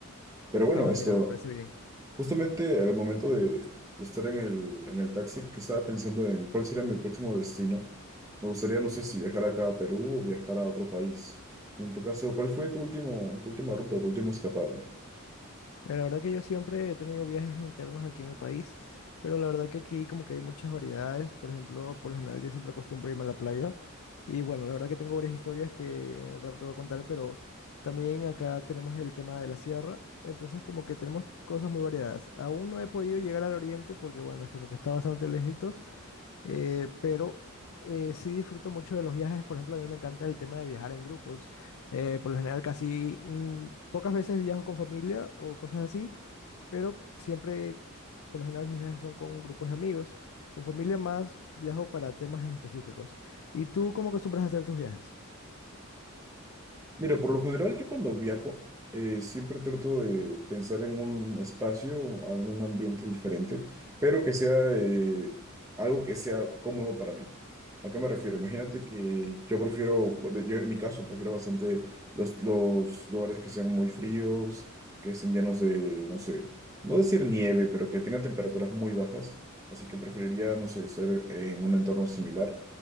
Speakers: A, on the right; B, on the left.
A: Pero bueno,
B: Ah,
A: esto,
B: mira, me parece bien.
A: justamente al momento de de estar en el, en el taxi, que estaba pensando en cuál sería mi próximo destino. Me gustaría, no sé si viajar acá a Perú o viajar a otro país. En tu caso, ¿cuál fue tu último, tu última ruta, tu último escapada?
B: Mira, La verdad que yo siempre he tenido viajes internos aquí en mi país, pero la verdad que aquí como que hay muchas variedades. Por ejemplo, por lo general yo siempre acostumbro irme a la playa. Y bueno, la verdad que tengo varias historias que en un rato te voy a contar, pero también acá tenemos el tema de la sierra. Entonces como que tenemos cosas muy variadas. Aún no he podido llegar al oriente porque bueno, es como que está bastante lejitos. Eh, pero eh, sí disfruto mucho de los viajes. Por ejemplo, a mí me encanta el tema de viajar en grupos. Eh, por lo general, casi mm, pocas veces viajo con familia o cosas así, pero siempre, por lo general, mis viajes son con grupos de amigos. Con familia más viajo para temas en específicos. ¿Y tú cómo acostumbras a hacer tus viajes?
A: Mira, por lo general yo cuando viajo eh, siempre trato de pensar en un espacio, algún ambiente diferente, pero que sea eh, algo que sea cómodo para mí. ¿A qué me refiero? Imagínate que yo prefiero, de- yo en mi caso prefiero bastante los, los lugares que sean muy fríos, que estén llenos de, no sé, no decir nieve, pero que tengan temperaturas muy bajas. Así que preferiría, no sé, estar en un entorno similar.